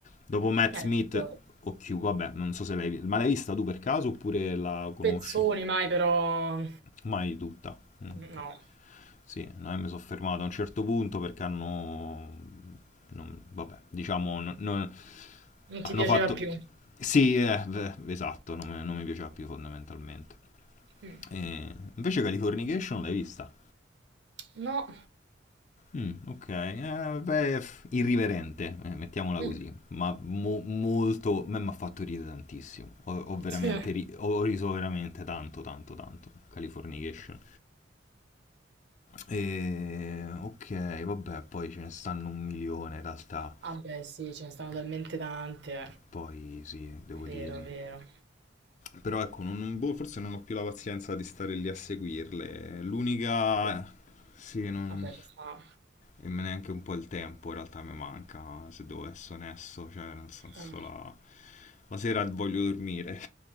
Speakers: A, on the left; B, on the right.
A: dopo Matt
B: Eh,
A: Smith,
B: guarda.
A: o Q, vabbè, non so se l'hai vista, ma l'hai vista tu per caso oppure la conosci?
B: Pezzoni mai, però...
A: Mai tutta. Mm,
B: mm,
A: ok.
B: No,
A: Sì, no, mi sono fermato a un certo punto perché hanno... non- vabbè, diciamo, non- non-
B: non
A: hanno
B: ti piaceva
A: fatto...
B: più.
A: Sì, eh, beh, esatto, non, mi- non mi piaceva più fondamentalmente.
B: Mm,
A: E invece Californication l'hai vista?
B: No.
A: Mm, ok, eh, beh, f- irriverente, eh, mettiamola
B: Mm,
A: così, ma mo- molto, a me mi ha fatto ridere tantissimo, ho, ho veramente
B: Sì.
A: ri- ho riso veramente tanto, tanto, tanto, Californication. E, ok, vabbè, poi ce ne stanno un milione in realtà,
B: Vabbè, sì, ce ne stanno talmente tante.
A: poi sì, devo
B: Vero,
A: dire...
B: vero.
A: Però ecco, non- non- boh, forse non ho più la pazienza di stare lì a seguirle. L'unica... Sì, non...
B: Vabbè, ci sta.
A: e me neanche un po' il tempo in realtà mi manca, se devo essere onesto, cioè nel senso
B: Eh.
A: la, la sera voglio dormire,